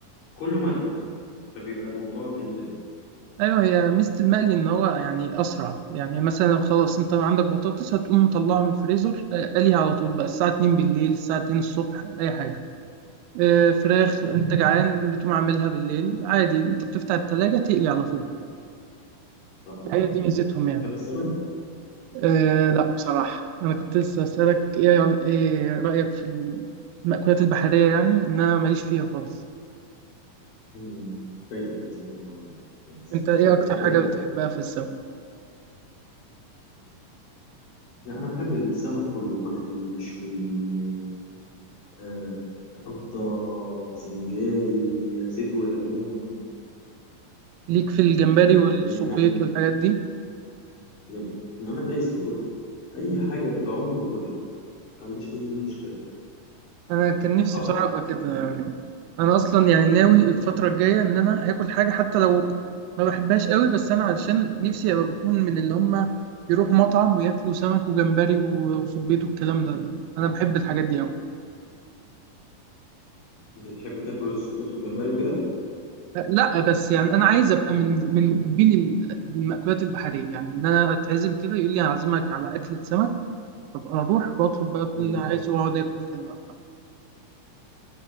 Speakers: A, on the left; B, on the right.
A: كله مقلي فبيبقى الموضوع جميل قوي
B: أيوه هي ميزة المقلي إن هو يعني أسرع يعني مثلا خلاص أنت عندك بطاطس هتقوم مطلعها من الفريزر آه، قليها على طول بقى الساعة 2 بالليل الساعة 2 الصبح أي حاجة آه، فراخ
A: مم.
B: أنت جعان بتقوم عاملها بالليل عادي أنت بتفتح التلاجة تقلي على طول
A: صحيح
B: هي دي ميزتهم يعني
A: تحب السمك؟
B: أه لا بصراحة أنا كنت لسه أسألك إيه إيه رأيك في المأكولات البحرية يعني إن أنا ماليش فيها خالص
A: مم. فايتك كتير والله يا ديت.
B: أنت إيه
A: فايتك
B: أكتر
A: كتير
B: حاجة
A: قوي
B: بتحبها في السمك
A: لا انا بحب السمك كله مقلي مشوي آه، رده سنجاري زيت وليمون
B: ليك في الجمبري والصبيط
A: جمبري مقلي
B: والحاجات دي
A: جم... انا دايس في كله اي حاجه بتعوم باكلها ما عنديش اي مشكله
B: أنا كان نفسي
A: تحفه
B: بصراحة أبقى كده يعني أنا أصلا يعني ناوي الفترة الجاية إن أنا هاكل حاجة حتى لو ما بحبهاش قوي بس أنا علشان نفسي أبقى بكون من اللي هما يروحوا مطعم وياكلوا سمك وجمبري وصبيط والكلام ده أنا بحب الحاجات دي أوي
A: بتحب تاكل الصبيط والجمبري وكده
B: لا بس يعني انا عايز ابقى من من محبين ال- المأكولات البحريه يعني ان انا اتعزم كده يقول لي هعزمك على اكله سمك ابقى اروح واطلب بقى كل
A: مم.
B: اللي عايزه واقعد اكل كده بقى براحتي.